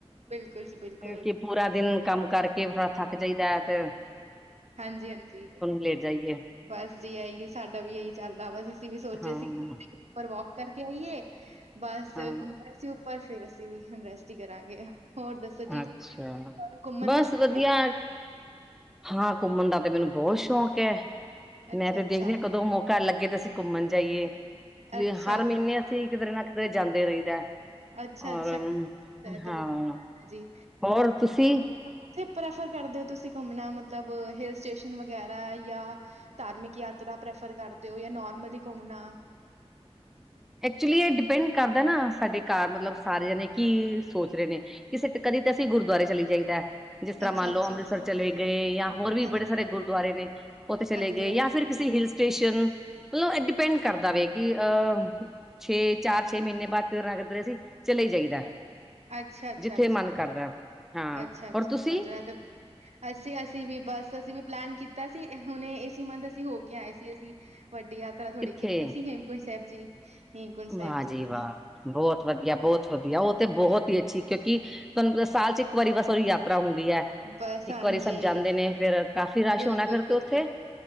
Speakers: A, on the right; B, in the centre.
A: ਬਿਲਕੁਲ ਜੀ ਬਿਲਕੁਲ।
B: ਕਿ ਪੂਰਾ ਦਿਨ ਕੰਮ ਕਰਕੇ ਥੋਣਾ ਥੱਕ ਜਾਇਦਾ ਹੈ ਤੇ
A: ਹਾਂਜੀ ਹਾਂਜੀ।
B: ਲੈਟ ਜਾਈਏ।
A: ਬਸ ਜੀ ਇਹੀ ਸਾਡਾ ਵੀ ਇਹੀ ਚੱਲਦਾ ਬਸ ਅਸੀਂ ਵੀ ਸੋਚੇ
B: ਹਾਂ
A: ਸੀ ਉੱਪਰ ਵੋਕ ਕਰਕੇ ਆਈਏ ਬਸ
B: ਹਾਂ
A: ਘੁੰਮ ਰਹੇ ਸੀ ਉੱਪਰ ਫੇਰ ਅਸੀਂ ਵੀ ਹੁਣ ਰੈਸਟ ਹੀ ਕਰਾਂਗੇ। ਹੋਰ ਦੱਸੋ ਜੀ
B: ਅੱਛਾ
A: ਤੁਹਾਨੂੰ ਘੁੰਮਣ
B: ਬਸ
A: ਦਾ ਸ਼ੌਕ
B: ਵਧੀਆ
A: ਹੈ?
B: ਹਾਂ ਘੁੰਮਣ ਦਾ ਤੇ ਮੈਨੂੰ ਬਹੁਤ ਸ਼ੌਕ ਹੈ।
A: ਅੱਛਾ-ਅੱਛਾ,
B: ਮੈਂ ਤੇ ਦੇਖਦੀ
A: ਅੱਛਾ।
B: ਹਾਂ ਕਦੋਂ ਮੌਕਾ ਘਰ ਲੱਗੇ ਤੇ ਅਸੀਂ ਘੁੰਮਣ ਜਾਈਏ ਵੀ
A: ਅੱਛਾ
B: ਹਰ ਮਹੀਨੇ ਅਸੀਂ ਕਿਧਰੇ ਨਾ ਕਿਧਰੇ ਜਾਂਦੇ ਰਹਿੰਦਾ।
A: ਅੱਛਾ-ਅੱਛਾ,
B: ਔਰ
A: ਇਹ ਤਾਂ
B: ਹਾਂ
A: ਵਧੀਆ ਜੀ
B: ਔਰ ਤੁਸੀਂ?
A: ਉਥੇ ਪ੍ਰੈਫਰ ਕਰਦੇ ਹੋ ਤੁਸੀਂ ਘੁੰਮਣਾ ਮਤਲਬ ਹਿਲ ਸਟੇਸ਼ਨ ਵਗੈਰਾ ਜਾਂ ਧਾਰਮਿਕ ਯਾਤਰਾ ਪ੍ਰੈਫਰ ਕਰਦੇ ਹੋ, ਯਾ ਨੋਰਮਲੀ ਘੁੰਮਣਾ।
B: ਐਕਚੁਲੀ ਇਹ ਡਿਪੈਂਡ ਕਰਦਾ ਨਾ, ਸਾਡੇ ਘਰ ਮਤਲਬ ਸਾਰੇ ਜਾਣੇ ਕੀ ਸੋਚ ਰਹੇ ਨੇ ਕਿਸੇ ਤੇ ਕਦੀ ਤਾਂ ਅਸੀਂ ਗੁਰਦੁਆਰੇ ਚਲੀ ਜਾਈਦਾ। ਜਿਸ ਤਰ੍ਹਾਂ
A: ਅੱਛਾ-ਅੱਛਾ-ਅੱਛਾ,
B: ਮੰਨ ਲਓ ਅੰਮ੍ਰਿਤਸਰ ਚਲੇ ਗਏ ਜਾਂ ਹੋਰ ਵੀ
A: ਹਾਂਜੀ,
B: ਬੜੇ ਸਾਰੇ ਗੁਰਦੁਆਰੇ ਨੇ ਉੱਥੇ ਚਲੇ
A: ਹਾਂਜੀ-ਹਾਂਜੀ,
B: ਗਏ ਜਾਂ ਫਿਰ ਕਿਸੀ ਹਿਲ ਸਟੇਸ਼ਨ ਮਤਲਬ ਡਿਪੈਂਡ ਕਰਦਾ ਵੇ ਕਿ ਅਹ ਛੇ ਚਾਰ, ਛੇ ਮਹੀਨੇ ਬਾਅਦ ਲਗਦਾ ਕਿੱਧਰ ਸੀ ਚਲੇ ਹੀ ਜਾਈਦਾ।
A: ਅੱਛਾ, ਅੱਛਾ,
B: ਜਿੱਥੇ ਮਨ ਕਰਦਾ ਹਾਂ
A: ਅੱਛਾ, ਅੱਛਾ, ਅੱਛਾ,
B: ਹੋਰ ਤੁਸੀਂ
A: ਅੱਛਾ ਅਸੀਂ ਅਸੀਂ ਵੀ ਬਸ ਅਸੀਂ ਵੀ ਪਲੈਨ ਕੀਤਾ ਸੀ। ਹੁਣੇ ਇਹਸੀ ਮੰਥ ਅਸੀਂ ਹੋ ਕੇ ਆਏ ਸੀ। ਅਸੀਂ ਵੱਡੀ ਯਾਤਰਾ ਥੋੜ੍ਹੀ
B: ਕਿੱਥੇ
A: ਕੀਤੀ ਸੀ। ਹੇਮਕੁੰਟ ਸਾਹਿਬ ਜੀ ਹੇਮਕੁੰਟ ਸਾਹਿਬ
B: ਵਾਹ ਜੀ
A: ਦੀ।
B: ਵਾਹ ਬਹੁਤ ਵਧੀਆ ਬਹੁਤ ਵਧੀਆ ਉਹ ਤੇ ਬਹੁਤ ਹੀ ਅੱਛੀ ਕਿਉਂਕਿ ਤੁਹਾਨੂੰ ਸਾਲ 'ਚ ਇੱਕ ਵਾਰੀ ਬਸ ਉਹ ਹੀ ਯਾਤਰਾ ਹੁੰਦੀ ਹੈ।
A: ਬਸ
B: ਇੱਕ
A: ਹਾਂਜੀ,
B: ਵਾਰੀ ਸਭ ਜਾਂਦੇ ਨੇ ਫੇਰ ਕਾਫੀ ਰਸ਼
A: ਬਿਲਕੁਲ-ਬਿਲਕੁਲ।
B: ਹੋਣਾ ਫਿਰ ਤੇ ਉੱਥੇ?